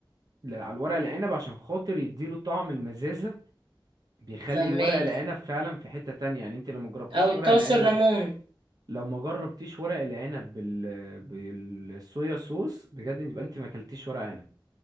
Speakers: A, on the right (about 50°); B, on the right (about 80°).
A: ل- على الورق العنب عشان خاطر يديله طعم المزازه بيخلي
B: فهماك
A: الورق العنب فعلا في حته تانية يعني انت لو ما جربتيش
B: او التعصر
A: ورق العنب
B: ليمون
A: لو ما جربتيش ورق العنب بال... بالصويا صوص بجد يبقى انت ما اكلتيش ورق